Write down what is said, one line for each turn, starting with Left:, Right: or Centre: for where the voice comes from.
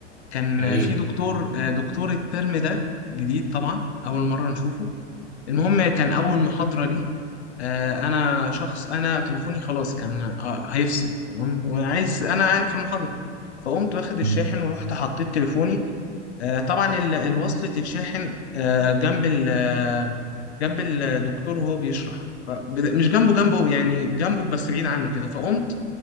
Left: كان
Right: يا ريت
Left: في دكتور آه، دكتور الترم ده جديد طبعا اول مره نشوفه المهم كان اول محاضره لي آه، انا شخص انا تليفوني خلاص كان آه، هيفصل تمام وعايز انا قاعد في المحاضره فقمت واخد الشاحن
Right: مم.
Left: ورحت حطيت تليفوني آه، طبعا ال- الوصلة الشاحن آه، جنب ال آه، جنب الدكتور وهو بيشرح فبد- مش جنبه جنبه يعني جنبه بس بعيد عنه كده فقمت